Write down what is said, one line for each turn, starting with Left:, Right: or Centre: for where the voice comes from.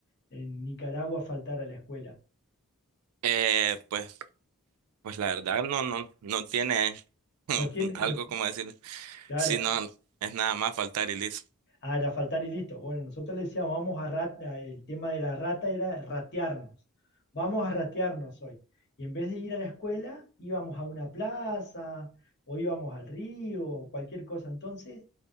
Left: en Nicaragua faltar a la escuela.
Right: Eh, pues Pues la verdad no, no, no tiene <laughs>
Left: No tiene,
Right: un- algo
Left: no,
Right: como decir,
Left: claro,
Right: si no, es nada más faltar y listo.
Left: Ah, era faltar y listo. Bueno, nosotros le decíamos, vamos a rat, a- el tema de la rata era ratearnos. Vamos a ratearnos hoy. Y en vez de ir a la escuela, íbamos a una plaza o íbamos al río o cualquier cosa. Entonces,